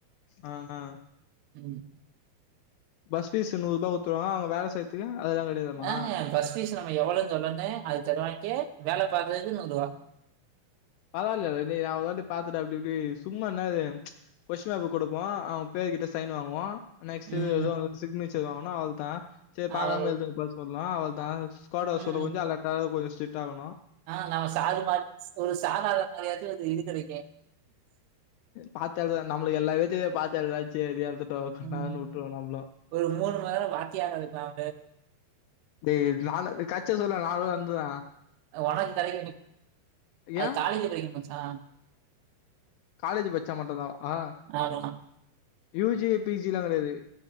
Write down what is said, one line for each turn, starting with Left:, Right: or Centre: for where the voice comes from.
Left: ஆ ஆ
Right: ம்
Left: பஸ் பீஸ் நூரூபா குத்துருவாங்க அவங்க வேல செய்ரதுக்கு அதுல்ல கெடையாதாமா
Right: ஆ பஸ் பீஸ் லா நம்ப எவ்ளோனு அது தருவாங்யே வேல பாக்கறதுக்கு நூரூபா
Left: பராவல்ல டா டேய் நா ஒரு வாட்டி பாத்துட்டு அப்டி இப்டி சும்மா என்னாது கொஷ்ட்டின் பேப்பர் குடுப்போ அவங்க பேரு கிட்ட சைன் வாங்குவோ நெக்ஸ்ட்டு
Right: ம்.
Left: இது ஏதோ சிக்னேச்சர் வாங்கனு அவள்தா செரி பாக்காம
Right: அவ்ளோ
Left: எழுதுங்கப்ப சொல்னோ அவள்தா குவாட் வர
Right: ம்.
Left: சொல்ல கொஞ்ச அலட்டா கொஞ்ச ஸ்ட்ரிக்ட் ஆகணு
Right: ஆ நம்ம சாரு மாதி ஒரு சாதார மாதிரியாதையு ஒரு இது கெடைக்கு
Left: பாத்து எழுற நம்மளுக்கு எல்லாமே தெரியு பாத்த எழுறாது சேரியந்துட்டோ
Right: ம்.
Left: ஆ உட்டுர்லாம்ல
Right: ஒரு மணி நேரம் வாத்தியாரா இருக்கலாம்.
Left: டேய் நால கச்சை சொல் நால வந்துர
Right: ஒனக்கு கெடைக்கு வேண்டி அது
Left: ஏன்
Right: காலேஜ் கெடைக்கு மச்சா
Left: காலேஜ் பச்சா மட்டுதா ஆ
Right: ஆமா.
Left: யூ ஜி பி ஜி எல்லா கெடையாது